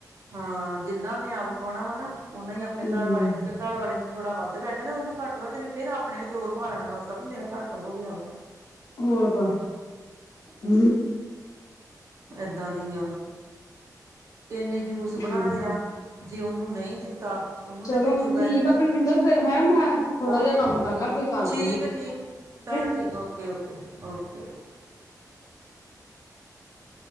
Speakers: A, on the right; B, on the left.
A: ਹਾਂ ਜਿੰਨਾ ਉਹਨੇ ਆਪ ਆਪ ਪਾਉਣਾ ਵਾ ਨਾ ਉਹਨਾ ਹੀ ਆਪਣੇ
B: ਹਮ
A: ਘਰ ਵਾਲੇ ਨੂੰ ਜੇ ਘਰ ਵਾਲੇ ਨੂੰ ਥੋੜਾ ਵੱਧ ਪੈ ਗਿਆ ਨਾ ਉਹਨੂੰ ਘੱਟ ਤਨ ਫ਼ਿਰ ਆਪਣੇ ਵੀ ਚੋਰ ਪਾ ਲੈਣਾ ਵਸ ਮੇਰਾ ਘੱਟ ਹੋ ਗਿਆ ਵਾ
B: ਹੋਰ ਕ ਹ
A: ਇਏਦਾਂ ਦੀ ਆ ਕਿਨੇ ਜੂਸ
B: ਹਮ
A: ਬਣਾ ਲਿਆ ਜੇ ਉਹਨੂੰ ਨਹੀਂ ਦਿੱਤਾ ਉਹਨੂੰ
B: ਚਲੋ
A: ਤੇ ਪਿੱਛੂ ਪੈ
B: ਠੀਕ
A: ਜਾਣੇ
B: ਆ
A: ਉਹਨੇ
B: ਪਰਵਿੰਦਰ ਫੇਰ ਹੈ ਮੈਂ ਥੋੜਾ
A: ਉਹ
B: ਜਿਹਾ ਕੰਮ ਕਰ ਲ ਫਿਰ ਕਰਦੀ
A: ਠੀਕ ਠੀਕ
B: ਠੀਕ
A: ਚੱਲ
B: ਹੈ
A: ਓਕੇ ਓਕੇ ਓਕੇ
B: <inaudible>